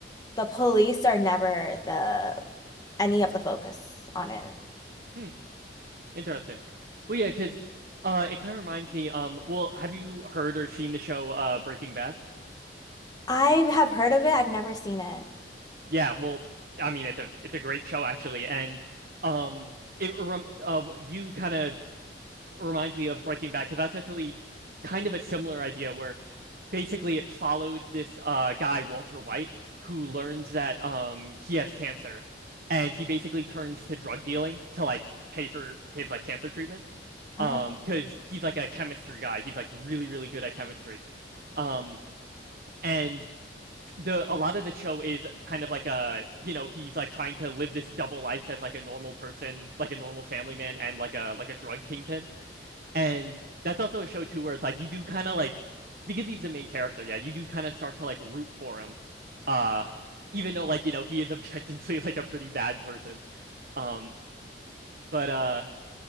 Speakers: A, on the left (about 20°); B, on the right (about 55°).
A: the police are never the any of the focus on it.
B: Hmm. Interesting. Well, yeah, because uh it kind of reminds me um well have you heard or seen the show uh Breaking Bad?
A: I have heard of it, I've never seen it.
B: Yeah, well, I mean, it's a it's a great show actually, and um, it rem uh, you kind of remind me of Breaking Bad because that's actually kind of a similar idea where basically it follows this uh guy Walter White who learns that um he has cancer, and he basically turns to drug dealing to like pay for his like cancer treatment.
A: Oh,
B: Um, because he's like a chemistry guy. He's like really, really good at chemistry. Um, and the a lot of the show is kind of like a you know he's like trying to live this double life as like a normal person like a normal family man and like a like a drug kingpin and that's also a show too where it's like you do kind of like because he's the main character yeah you do kind of start to like root for him uh even though like you know he is <laughs> objectively like a pretty bad person um but uh